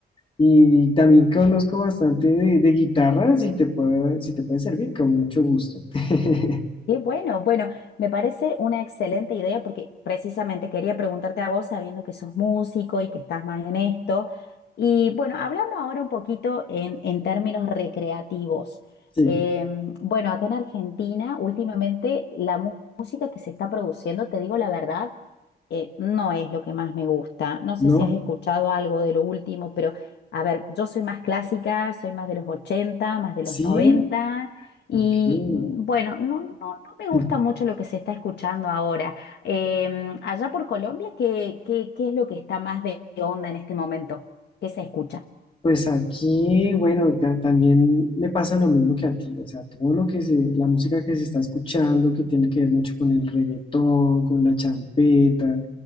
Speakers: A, on the left; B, on the left.
A: Y también conozco bastante de, de guitarra, si te puede, si te puede servir, con mucho gusto. <laughs>
B: Qué bueno, bueno, me parece una excelente idea porque precisamente quería preguntarte a vos, sabiendo que sos músico y que estás más en esto. Y bueno, hablando ahora un poquito en, en términos recreativos.
A: Sí,
B: em, bueno, acá en Argentina, últimamente la mu- música que se está produciendo, te digo la verdad, eh, no es lo que más me gusta. No sé
A: ¿no?
B: si has escuchado algo de lo último, pero a ver, yo soy más clásica, soy más de los 80, más de
A: Sí,
B: los 90. Y
A: ok.
B: mm, bueno, no, no, no me gusta
A: <clears throat>
B: mucho lo que se está escuchando ahora. Em, allá por Colombia, ¿qué, qué, qué es lo que está más de onda en este momento? ¿Qué se escucha?
A: Pues aquí, bueno, ta- también me pasa lo mismo que a ti, o sea, todo lo que se, la música que se está escuchando, que tiene que ver mucho con el reggaetón, con la champeta,